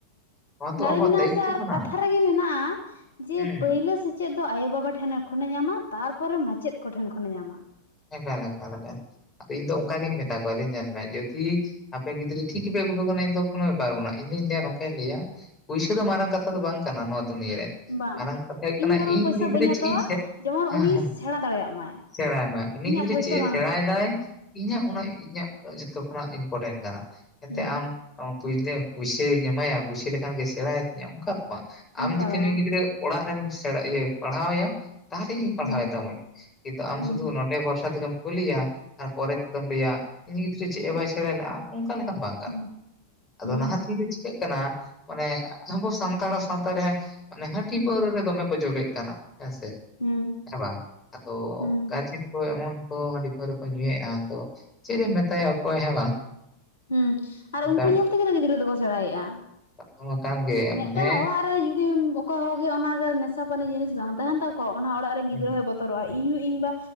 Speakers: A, on the left; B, on the left.
A: ᱱᱚᱣᱟ ᱛᱚ
B: ᱫᱟᱲᱮ
A: ᱟᱵᱚᱣᱟᱜ
B: ᱢᱮᱱᱟᱜᱼᱟ
A: ᱫᱟᱭᱤᱛᱛᱚ
B: ᱥᱮ, ᱟᱨ
A: ᱠᱟᱱᱟ
B: ᱠᱟᱛᱷᱟ ᱨᱮᱜᱮ ᱢᱮᱱᱟᱜᱼᱟ, ᱡᱮ
A: ᱦᱩᱸ
B: ᱯᱟᱹᱭᱞᱟᱹ ᱥᱮ ᱥᱮᱪᱮᱫ ᱫᱚ ᱟᱭᱳᱼᱵᱟ ᱴᱷᱮᱱ ᱠᱷᱚᱱᱮ ᱧᱟᱢᱟ, ᱛᱟᱨᱯᱚᱨᱮ ᱢᱟᱪᱮᱫ ᱠᱚ ᱴᱷᱮᱱ ᱠᱷᱚᱱᱮ ᱧᱟᱢᱟ᱾
A: ᱦᱮᱸ, ᱮᱠᱟᱞ-ᱮᱠᱟᱞ ᱟᱫᱚ, ᱤᱧ ᱫᱚ ᱚᱱᱠᱟ ᱜᱤᱧ ᱢᱮᱛᱟ ᱠᱚᱣᱟ ᱞᱟᱭᱟᱹᱧ ᱧᱮᱞ ᱢᱮ ᱡᱩᱫᱤ ᱟᱯᱮ ᱜᱤᱫᱽᱨᱟᱹ ᱴᱷᱤᱠ ᱜᱮᱯᱮ ᱟᱜᱩ ᱠᱚ, ᱠᱟᱱᱟ ᱤᱧ ᱠᱳ ᱵᱮᱯᱟᱨ ᱵᱟᱱᱩᱟ, ᱤᱧ ᱫᱚᱧ ᱞᱟᱹᱭᱟ ᱱᱚᱝᱠᱟᱧ ᱞᱟᱹᱭᱟ ᱯᱩᱭᱥᱟᱹ ᱫᱚ ᱢᱟᱨᱟᱝ ᱠᱟᱛᱷᱟ ᱫᱚ, ᱵᱟᱝ ᱠᱟᱱᱟ ᱱᱚᱣᱟ ᱫᱩᱱᱤᱭᱟᱹ ᱨᱮ᱾
B: ᱵᱟᱝ
A: ᱢᱟᱨᱟᱝ ᱠᱟᱛᱷᱟ ᱦᱳᱭᱳᱜ ᱠᱟᱱᱟ,
B: ᱵᱚᱨᱚᱝ
A: ᱤᱧ
B: ᱯᱚᱭᱥᱟ
A: ᱩᱱᱤ ᱜᱤᱫᱽᱨᱟᱹ
B: ᱵᱟᱹᱧ
A: ᱪᱮᱫ
B: ᱦᱟᱛᱟᱣᱟ
A: ᱤᱧ ᱥᱮᱲᱟ,
B: ᱡᱮᱢᱚᱱ ᱩᱱᱤ
A: ᱦᱮᱸ
B: ᱥᱮᱬᱟ ᱫᱟᱲᱮᱭᱟᱜ ᱢᱟᱭ
A: ᱥᱮᱬᱟᱭ ᱢᱟᱭ, ᱩᱱᱤ
B: ᱤᱧᱟᱹᱜ
A: ᱜᱤᱫᱽᱨᱟᱹ
B: ᱯᱚᱭᱥᱟ
A: ᱪᱮᱜᱼᱮ
B: ᱵᱟᱝ
A: ᱥᱮᱬᱟᱭ
B: ᱞᱟᱹᱠᱛᱤᱭᱟ
A: ᱫᱟᱭ ᱤᱧᱟᱹᱜ
B: ᱦᱩᱸ
A: ᱚᱱᱟ ᱤᱧᱟᱹᱜ ᱡᱷᱚᱛᱚ ᱠᱷᱚᱱᱟᱜ ᱤᱢᱯᱚᱴᱮᱱᱴ ᱠᱟᱱᱟ, ᱮᱱᱛᱮ
B: ᱦᱩᱸ
A: ᱟᱢ ᱯᱳᱭᱞᱳ ᱯᱩᱭᱥᱟᱹᱧ ᱮᱢᱟᱭᱟ, ᱯᱩᱭᱥᱟᱹ ᱞᱮᱠᱷᱟᱱ ᱜᱮ ᱥᱮᱬᱟᱭ ᱛᱤᱧᱟ, ᱚᱱᱠᱟ ᱫᱚ ᱵᱟᱝ, ᱟᱢ
B: ᱚᱱᱠᱟ
A: ᱡᱩᱫᱤ
B: ᱫᱚ
A: ᱱᱩᱭ
B: ᱵᱟᱝ
A: ᱜᱤᱫᱽᱨᱟᱹ ᱚᱲᱟᱜ ᱨᱮᱢ ᱤᱭᱟᱹ ᱯᱟᱲᱦᱟᱣ ᱮᱭᱟ ᱛᱟᱦᱚᱞᱮ ᱤᱧ ᱯᱟᱲᱦᱟᱣ
B: ᱦᱩᱸ
A: ᱮ ᱛᱟᱢᱟᱹᱧ ᱠᱤᱱᱛᱩ ᱟᱢ
B: ᱦᱩᱸ
A: ᱥᱩᱫᱷᱩ ᱱᱚ ᱚᱸᱰᱮ ᱵᱷᱚᱨᱥᱟ ᱛᱮᱜᱮᱢ ᱠᱩᱞᱤᱭᱟ, ᱟᱨ ᱯᱚᱨᱮ ᱛᱮᱫᱚᱢ ᱞᱟᱹᱭᱟ, ᱤᱧᱤᱡ ᱜᱤᱫᱽᱨᱟᱹ ᱪᱮᱫ ᱦᱚ ᱵᱟᱭ ᱥᱮᱬᱟ ᱞᱟᱜᱼᱟ, ᱚᱱᱠᱟ ᱞᱮᱠᱟᱱ ᱵᱟᱝ
B: ᱦᱩᱸ
A: ᱟᱫᱚ
B: ᱦᱩᱸ
A: ᱱᱟᱦᱟᱜ ᱫᱤᱱ ᱨᱮ ᱪᱤᱠᱟᱹᱜ ᱠᱟᱱᱟ, ᱢᱟᱱᱮ ᱟᱵᱚ ᱥᱟᱱᱛᱟᱲ ᱥᱟᱶᱛᱟ ᱨᱮ ᱢᱟᱹᱱᱮ ᱦᱟᱺᱰᱤ ᱯᱟᱹᱣᱨᱟᱹ ᱨᱮ, ᱫᱚᱢᱮ ᱠᱚ ᱡᱚᱵᱮᱜ ᱠᱟᱱᱟ ᱦᱮᱸ ᱥᱮ?
B: ᱦᱩᱸ,
A: ᱟᱪᱪᱷᱟᱹ ᱵᱟᱝᱹ ᱟᱼᱫᱚ,
B: ᱦᱩᱸ
A: ᱠᱟᱪᱤᱢ ᱠᱚ ᱮᱢᱚᱱ ᱠᱚ ᱦᱟᱺᱰᱤ ᱯᱟᱹᱣᱨᱟᱹ ᱠᱚ ᱧᱩᱭᱮᱜᱼᱟ, ᱟᱫᱚ, ᱪᱮᱫ ᱮᱢ ᱢᱮᱛᱟᱭᱟ ᱚᱠᱚᱭ ᱦᱮᱸ ᱵᱟᱝ?
B: ᱦᱩᱸ, ᱟᱨ
A: ᱚᱱᱠᱟ
B: ᱩᱱᱠᱩ ᱧᱮᱞ ᱛᱮᱜᱮ ᱛᱚ ᱜᱤᱫᱽᱨᱟᱹ ᱫᱚᱹᱠᱚ ᱥᱮᱲᱟᱭᱮᱼᱟ᱾
A: ᱱᱟᱶᱟ ᱠᱟᱱ ᱜᱮ
B: ᱢᱤᱜᱴᱟᱝ
A: ᱢᱟᱱᱮ
B: ᱚᱲᱟᱼᱜ ᱨᱮ ᱡᱩᱫᱤᱢ ᱚᱼᱠᱚᱭ ᱠᱚᱹᱜᱮ ᱚᱱᱟᱨᱮ ᱱᱮᱥᱟ ᱯᱟᱹᱱᱤ ᱡᱤᱱᱤᱥ ᱵᱟᱝ ᱛᱟᱦᱮᱸᱱ ᱛᱟᱠᱚᱣᱼᱟ, ᱚᱱᱟ ᱚᱲᱟᱼᱜ ᱨᱮᱱ
A: ᱦᱩᱸ
B: ᱜᱤᱫᱽᱟᱹ ᱦᱚᱸᱭ ᱵᱚ ᱵᱚᱛᱚᱨᱚᱜᱼᱟ, ᱤᱧᱩ, ᱤᱧ ᱵᱟ